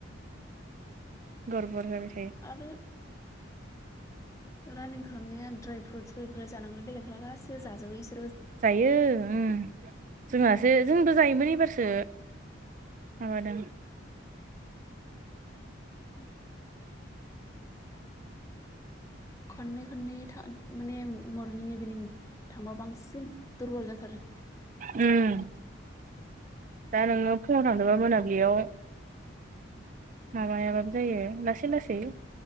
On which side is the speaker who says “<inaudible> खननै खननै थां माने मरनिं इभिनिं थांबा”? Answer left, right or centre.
Left